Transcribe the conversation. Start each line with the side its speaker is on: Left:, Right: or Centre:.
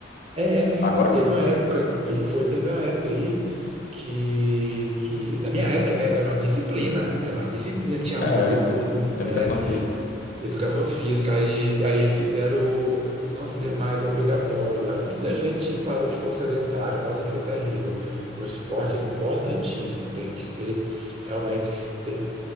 Right: É, é.
Left: Agora?
Right: teve uma época aí, foi, teve uma época aí que, que na minha época é- era uma disciplina, era uma disciplina, tinha
Left: É,
Right: nota e tudo,
Left: é.
Right: é,
Left: educação física.
Right: educação física, aí, aí fizeram não ser mais obrigatório, aí muita gente parou, ficou sedentário, nossa, foi terrível. O esporte é importantíssimo, tem que ser, realmente, que se tem,